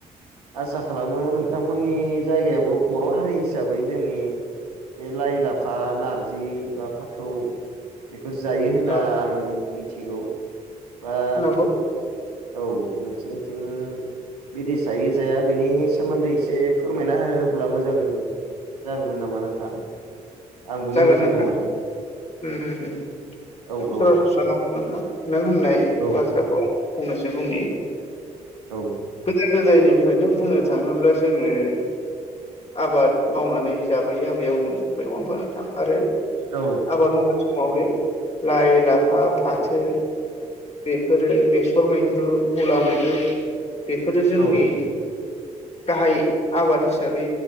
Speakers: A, on the right (about 90°); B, on the left (about 35°).
A: आसा खालामो नोंथांमोननि जायगायावबो बर' हारि हिसाबै जोंनि बे लाइ, लाफा, नारजि बा फाथौ बेखौ जायो होनना
B: औ
A: आं मिथिगौ बा
B: नंगौ
A: औ नोंसोरनिथिं बिदि जायो जाया बिनि सोमोन्दै एसे फोरमायना होब्ला मोजां जागौमोन नामा नोंथां? आंबो
B: जागोन
A: मिथिगौमोन
B: नोंथां उम उम
A: औ
B: सरासरस्रा
A: औ
B: न' नोंथां? नों होननाय
A: औ
B: बाथ्राखौ फंनैसो बुंनि।
A: औ
B: गोदो-गोदायनिफ्रायनो बुंनो थाङोब्ला जोङो आबाद मावनानै जाबोयो आबै-आबौमोननि समनिफ्राय नङा होनबा नोथां? आरो
A: औ
B: आबाद मावनानै लाइ, लाफा, फाथो बेफोरो बेसर मैद्रु, मुला मैद्रु बेफोरो जोंनि
A: औ
B: गाहाय आबाद हिसाबै